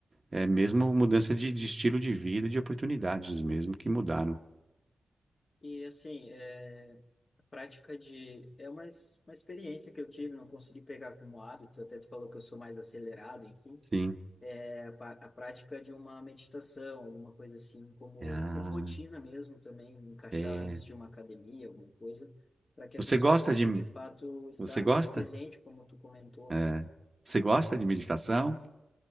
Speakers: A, on the right; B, on the left.
A: é mesmo mudança de, de estilo de vida, de oportunidades mesmo que mudaram.
B: E assim, é, a prática de. É uma, es- uma experiência que eu tive, não consegui pegar como hábito, até tu falou que eu sou mais acelerado, enfim.
A: Sim.
B: é, a, pa- a prática de uma meditação, alguma coisa assim, como,
A: Ah,
B: como rotina mesmo também, encaixar
A: é.
B: antes de uma academia, alguma coisa, para que
A: Você
B: a pessoa
A: gosta
B: possa
A: de,
B: de fato estar
A: você gosta?
B: mais presente, como tu comentou,
A: É.
B: né?
A: Você gosta de meditação?